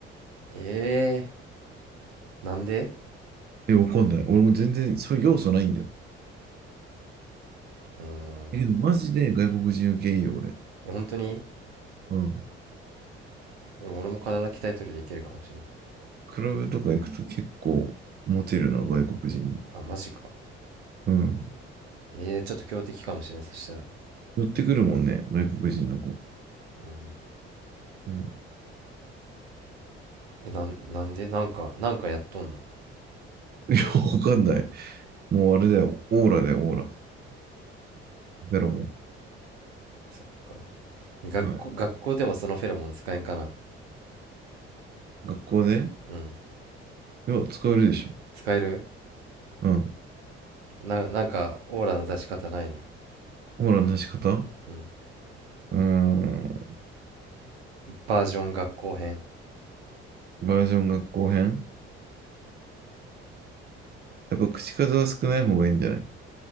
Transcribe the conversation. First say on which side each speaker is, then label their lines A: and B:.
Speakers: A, on the right; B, on the right.
A: ええー、なんで
B: え、わかんない。俺も全然そういう要素ないんだよ。
A: うん
B: だけどマジで外国人受けいいよ、俺。
A: え本当に
B: うん。
A: でも俺も体鍛えとルでいけるかもしれん
B: クラブとか行くと結構モテるな、外国人に。
A: あマジか
B: うん。
A: えー、ちょっと強敵かもしれん、そしたら。
B: 寄ってくるもんね、外国人の子。
A: うん。
B: うん。
A: え、なん、なんでなんか、なんかやっとんの
B: いや、わかんない。もうあれだよ。オーラだよ、オーラ。ベロも。
A: そっか。学校、
B: はい。
A: 学校でもそのフェロモン使えんかな
B: 学校で
A: うん。
B: いや、使えるでしょ。
A: 使える
B: うん。
A: な、なんか、オーラの出し方ないの
B: オーラの出し方う
A: うん。
B: ーん。
A: バージョン学校編。
B: バージョン学校編やっぱ口数は少ない方がいいんじゃない